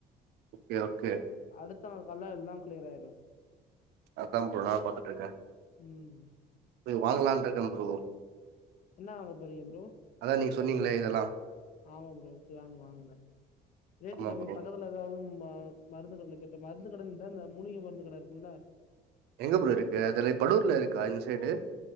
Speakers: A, on the right; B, on the left.
A: ஓகே ஓகே
B: அடுத்த நாள் கால்ல எல்லா கிளியர் ஆயிரு
A: அதா ப்ரோ நா பாத்துட்டு இருக்க
B: ம்
A: போய் வாங்கலானு இருக்க ப்ரோ
B: என்ன வாங்க போறீங்க ப்ரோ
A: அதா நீங்க சொன்னீங்களே இதெல்லா
B: ஆமா ப்ரோ போய் வாங்குங்க வாங்குங்க ரேட்டு
A: ஆமா
B: கம்மி
A: ப்ரோ
B: பக்கத்து ல ஏதாவது ம மருந்து கடைல கேட்டு மருந்து கடைல இல்ல இந்த மூலிகை மருந்து கடை இருக்கும்ல
A: எங்க ப்ரோ இருக்கு அதுலா படூகூர்ல இருக்கா இந்த சைடு